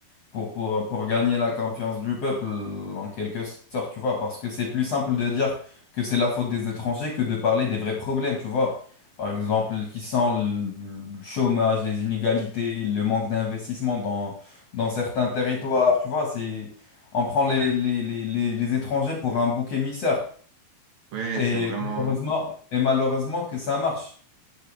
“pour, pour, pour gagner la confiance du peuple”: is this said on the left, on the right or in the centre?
Left